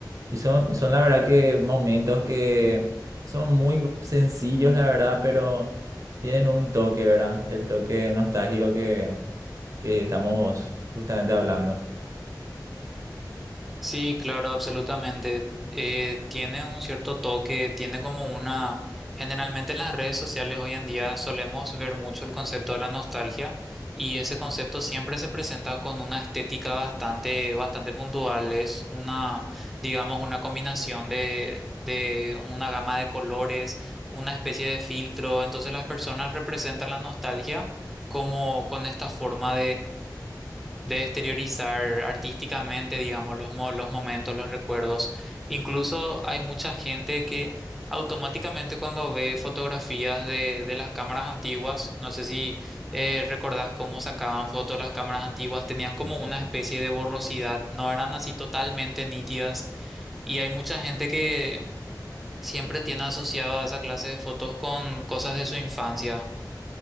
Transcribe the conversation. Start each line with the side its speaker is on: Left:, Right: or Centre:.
Right: Y son, son la verdad que momentos que son muy sencillos, la verdad, pero tienen un toque, ¿verdad? El toque nostálgico que, que estamos justamente hablando.
Centre: Sí, claro, absolutamente. Eh, tiene un cierto toque, tiene como una... Generalmente en las redes sociales hoy en día solemos ver mucho el concepto de la nostalgia y ese concepto siempre se presenta con una estética bastante, bastante puntual. Es una, digamos, una combinación de, de una gama de colores, una especie de filtro. Entonces las personas representan la nostalgia como con esta forma de exteriorizar artísticamente, digamos, los, mo- los momentos, los recuerdos. Incluso hay mucha gente que automáticamente cuando ve fotografías de, de las cámaras antiguas, no sé si eh, recordás cómo sacaban fotos las cámaras antiguas, tenían como
Right: Sí, sí,
Centre: una
Right: sí.
Centre: especie de borrosidad, no eran así totalmente nítidas. Y hay mucha gente que siempre tiene asociado a esa clase de fotos con cosas de su infancia.